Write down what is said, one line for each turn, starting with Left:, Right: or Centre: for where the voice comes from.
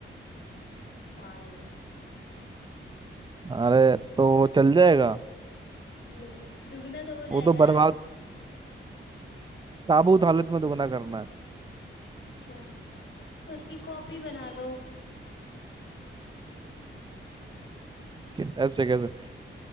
Left: फाड़ दो
Right: अरे तो चल जाएगा
Left: नहीं दुगना तो हो जाएगा
Right: वो तो बर्बाद
Left: ना
Right: ताबूत हालत में दुगना करना है
Left: अच्छा तो उसकी कॉपी बना लो
Right: कि ऐसे कैसे